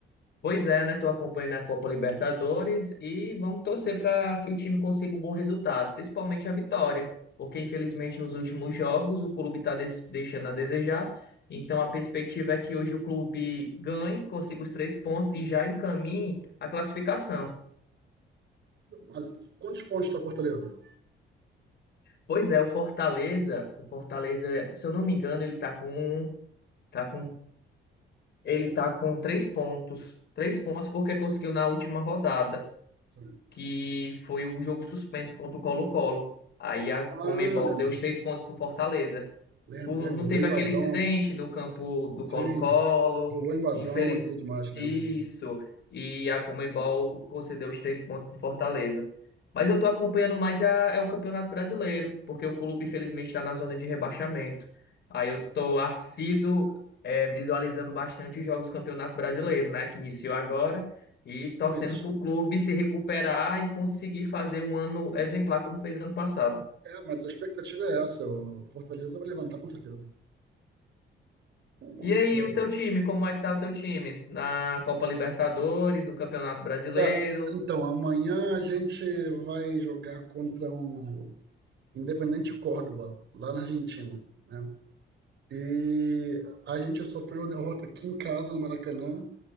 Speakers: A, on the left; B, on the right.
A: Pois é, né? Tô acompanhando a Copa Libertadores e vamos torcer para que o time consiga um bom resultado, principalmente a vitória, porque infelizmente nos últimos jogos o clube está deixando a desejar. Então a perspectiva é que hoje o clube ganhe, consiga os três pontos e já encaminhe a classificação.
B: Mas quantos pontos está Fortaleza?
A: Pois é, o Fortaleza, o Fortaleza, se eu não me engano, ele está com, tá com Ele tá com três pontos. Três pontos porque conseguiu na última rodada,
B: Sim.
A: que foi o jogo suspenso contra o Colo-Colo. Aí a Conmebol
B: Ah, lembro,
A: deu os três pontos pro Fortaleza.
B: lembro,
A: O-
B: lembro.
A: Não
B: Rolou
A: teve
B: invasão,
A: aquele incidente no campo do
B: sim.
A: Colo-Colo.
B: Rolou invasão
A: Infeliz...
B: e tudo mais,
A: Isso.
B: lembro. lembro.
A: E a Conmebol concedeu os três pontos para Fortaleza. Mas eu estou acompanhando mais a, é o Campeonato Brasileiro, porque o clube, infelizmente, está na zona de rebaixamento. Aí eu estou assíduo, é, visualizando bastante os jogos do Campeonato Brasileiro, né? Que iniciou agora. E torcendo
B: Mas,
A: para o clube se recuperar e conseguir fazer um ano exemplar como fez ano passado.
B: é, mas a expectativa é essa. O Fortaleza vai levantar com certeza. Com, com
A: E
B: certeza.
A: aí, o teu time, como é que tá o teu time? Na Copa Libertadores, no Campeonato Brasileiro?
B: Cara, então, amanhã a gente vai jogar contra o Independente Córdoba, lá na Argentina, né? E a gente sofreu a derrota aqui em casa, no Maracanã,